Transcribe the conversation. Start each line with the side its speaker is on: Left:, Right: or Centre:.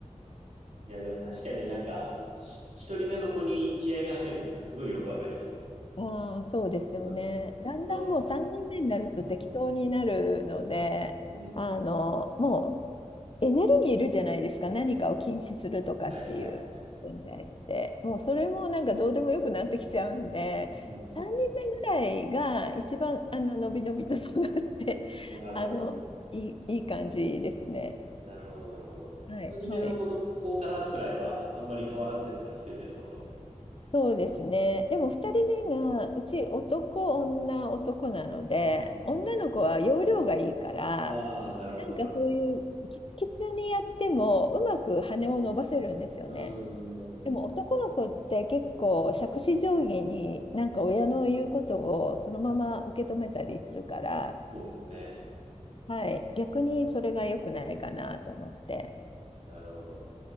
Right: いや、でも確かになんか、ひ一人目の子に気合が入るっていうのはすごいよくわかります。
Left: ああ、そうですよね。
Right: うん。
Left: だんだんもう3人目になると適当になるので、
Right: の、うん、うん、
Left: あの、もうエネルギーいるじゃないですか。何かを禁止するとかっていうことに対して。
Right: うん。はい、はい、はい。
Left: もうそれもなんかどうでもよくなってきちゃうんで、
Right: うん、
Left: 3人目ぐらいが一番、
Right: うん、
Left: あの、のびのびと育って、
Right: うん。なるほど。
Left: あの、いい、いい感じですね。
Right: なるほど、なるほど。
Left: はい、
Right: 一人目の子と、
Left: はい。
Right: 子からくらいは、あんまり変わらずですか一人目の子と。
Left: そうですね。でも2人目がうち男女男なので女の子は容量がいいから
Right: うん、うん、うん。ああ、なるほど、
Left: なんかそういうキツキツにやってもうまく羽を伸ばせるんですよね。
Right: なるほど。うーん。
Left: でも男の子って結構杓子定規になんか親の言うことをそのまま受け止めたりするから、
Right: そうですね。
Left: はい、逆にそれが良くないかなと思って。
Right: なるほど。